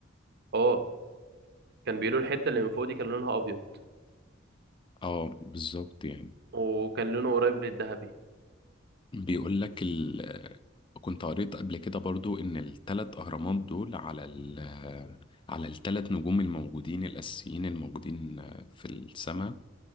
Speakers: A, on the right; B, on the left.
A: اه كان بيقولوا الحته اللي من فوق دي كان لونها ابيض
B: اه بالظبط يعني
A: وكان لونه قريب للذهبي
B: بيقول لك ال... آه، كنت قريت قبل كده برضو ان الثلاث اهرامات دول على ال... آه، على الثلاث نجوم الموجودين الاساسيين الموجودين آه، في السماء